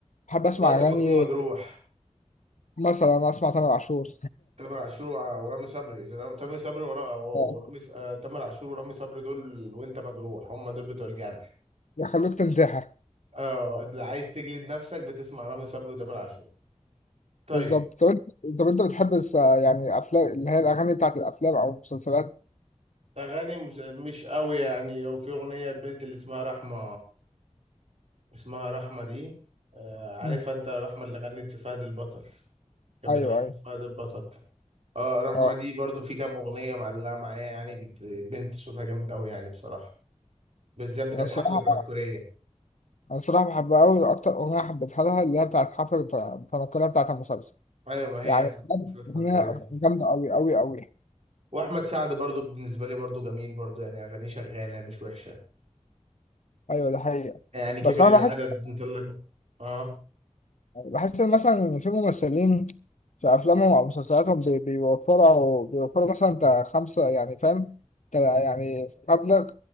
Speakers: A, on the left; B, on the right.
A: بحب اسمع
B: وقت
A: اغاني
B: ما تكون مجروح
A: مثلا اسمع تامر عاشور
B: تامر عاشور وع- ورامي صبري تامر صبري ورا-
A: <laughs> آه،
B: ورامي ص- آه، تامر عاشور ورامي صبري دول وانت مجروح هم دول بتوع الجرح
A: يخليك تنتحر
B: اه اللي عايز تجلد نفسك بتسمع رامي صبري وتامر عاشور طيب
A: بالظبط طب انت طب انت بتحب الس- يعني افلام اللي هي الاغاني بتاعت الافلام او المسلسلات
B: اغاني مش, مش قوي يعني وفي اغنيه البنت اللي اسمها رحمه اسمها رحمه دي آه، عارفها
A: مم.
B: انت رحمه اللي غنت في فهد البطل كانت
A: ايوه
B: بتغني
A: ايوه
B: في فهد البطل اه رحمه
A: اه
B: دي برضو في كام اغنيه معلقه معايا يعني بت- بنت صوتها جامد قوي يعني بصراحه بالذات بتاعت
A: انا الصراحه
B: حفله تنكريه
A: انا الصراحه بحبها قوي اكتر اغنيه حبيتها لها اللي هي بتاعت حفله تنقلها بتاعت المسلسل
B: ايوه ما هي
A: يعني
B: احمد
A: بجد
B: مش اسمها
A: اغنيه
B: الكوريه دي
A: جامده قوي قوي قوي
B: واحمد سعد برضو بالنسبه لي برضو جميل برضو يعني اغانيه شغاله مش وحشه
A: ايوه ده حقيقه
B: يعني كبر
A: بس انا
B: العدد
A: بحس
B: انت اللي اه
A: بحس ان مثلا في ممثلين في افلامهم او مسلسلاتهم بي- بيوفروا بيوفروا مثلا تا خمسه يعني فاهم تا يعني مبلغ